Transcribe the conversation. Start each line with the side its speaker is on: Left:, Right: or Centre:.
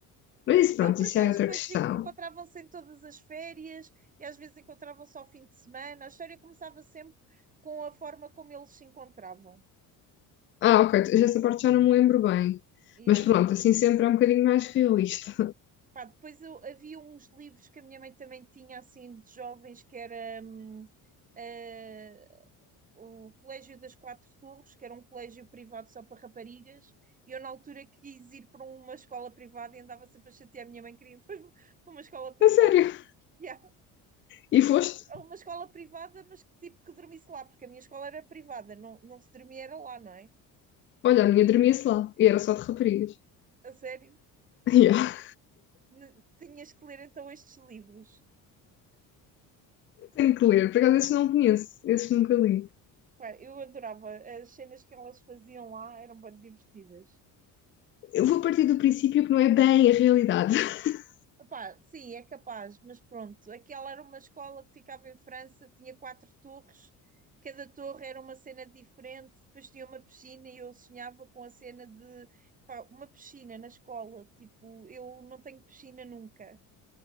Left: Mas isso, pronto,
Right: Não, porque
Left: isso
Right: eles
Left: é outra
Right: depois
Left: questão.
Right: se- encontravam-se em todas as férias e às vezes encontravam-se ao fim de semana. A história começava sempre com a forma como eles se encontravam.
Left: Ah, ok, já essa parte já não me lembro bem.
Right: Yeah.
Left: Mas pronto, assim sempre é um bocadinho mais realista.
Right: Pá, depois eu- havia uns livros que a minha mãe também tinha, assim, de jovens, que era hum, eh, o Colégio das Quatro Torres, que era um colégio privado só para raparigas, e eu na altura quis ir para uma escola privada e andava sempre a chatear a minha mãe, queria ir <laughs> para uma escola privada.
Left: <laughs> A sério.
Right: Yeah,
Left: E foste?
Right: uma escola privada, mas que tipo que dormisse lá, porque a minha escola era privada, não, não se dormia era lá, não é?
Left: Olha, a minha dormia-se lá. E era só de raparigas. <laughs>
Right: A sério?
Left: Yeah.
Right: N- Tinhas que ler então estes livros.
Left: Tenho que ler. Por acaso, esses não conheço. Esses nunca li.
Right: Pá, eu adorava. As cenas que elas faziam lá eram bem divertidas.
Left: Eu vou partir do princípio que não é bem a realidade. <laughs>
Right: Ah, pá, sim, é capaz, mas pronto. Aquela era uma escola que ficava em França, tinha quatro torres, cada torre era uma cena diferente, depois tinha uma piscina e eu sonhava com a cena de pá, uma piscina na escola. Tipo, eu não tenho piscina nunca.